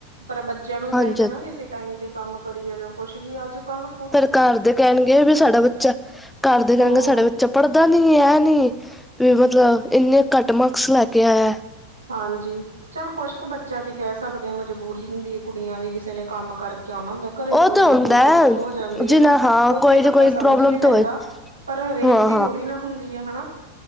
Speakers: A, on the right (about 75°); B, in the centre.
A: ਪਰ ਬੱਚਿਆਂ ਨੂੰ ਹੀ ਚਾਈਦਾ
B: ਹਾਂਜੀ ਹਾਂਜੀ
A: ਨਾ ਵੀ ਅਸੀਂ ਟਾਈਮ ਤੇ ਕੰਮ ਕਰੀਏ ਜਾਂ ਕੁਛ ਵੀ ਅੱਜ ਕੱਲ।
B: ਪਰ ਘਰ ਦੇ ਕੈਣਗੇ ਵੀ ਸਾਡਾ ਬੱਚਾ। ਘਰ ਦੇ ਕੈਣਗੇ
A: ਹੂੰ-ਹੂੰ,
B: ਸਾਡਾ ਬੱਚਾ ਪੜ੍ਹਦਾ ਨੀ ਇਹ ਨੀ ਵੀ ਮਤ। ਮਤਲਬ ਇੰਨੇ ਘੱਟ ਮਾਕਸ ਲੈ ਕੇ ਆਇਆ ਹੈ।
A: ਹਾਂਜੀ। ਚਲ ਕੁਛ ਕੁ ਬੱਚਿਆਂ ਦੀ ਕਹਿ ਸਕਦੇ ਹਾਂ ਮਜਬੂਰੀ ਹੁੰਦੀ ਹੈ। ਕੁੜੀਆਂ ਦੀ ਕਿਸੇ ਨੇ ਕੰਮ ਕਰਕੇ ਆਣਾ ਹੁੰਦਾ। ਘਰੇ
B: ਉਹ
A: ਕੋਈ
B: ਤਾਂ
A: ਨਾ
B: ਹੁੰਦਾ
A: ਕੋਈ ਦਿੱਕਤ ਹੋ। ਜਾਂਦੀ
B: ਜੀ
A: ਹਨਾ
B: ਨਾ ਹਾਂ
A: ਉੱਥੇ
B: ਕੋਈ ਨਾ
A: ਬੰਦਾ
B: ਕੋਈ
A: ਸਮਝ
B: ਪ੍ਰੋਬਲਮ
A: ਵੀ ਲੈਂਦਾ।
B: ਤਾਂ ਹੋਏ
A: ਪਰ ਹਰੇਕ
B: ਹਾਂ
A: ਦੀ ਥੋੜ੍ਹੀ ਨਾ ਹੁੰਦੀ ਆ ਹਨਾ।